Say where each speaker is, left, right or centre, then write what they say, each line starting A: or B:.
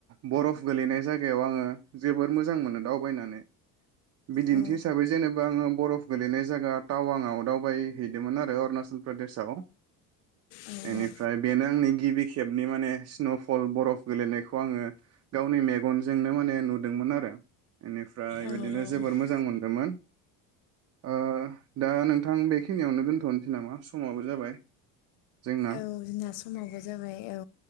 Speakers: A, on the right; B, on the left.
A: बरफ गोलैनाय जायगायाव आङो जोबोर मोजां मोनो दावबायनानै बिदिन्थि
B: औ
A: हिसाबै जेनेबा बरफ गेलेनाय जायगा टाव आं आवटआव बायहैदोंमोन आरो अरुणाचल प्रदेशाव
B: औ
A: बेनिफ्राय बेनो आंनि गिबि खेबनि माने स्न'फल बरफ गेलेनायखौ आङो गावनि मेगनजोंनो माने नुदोंमोन आरो बेनिफ्राय
B: औ
A: बिदिनो
B: औ
A: जोबोर मोजां मोनदोंमोन ओ दा नों नोंथां बेखिनियावनो दोनथ'नोसै नामा समाबो जाबाय जोंना
B: औ जोंना समावबो जाबाय औ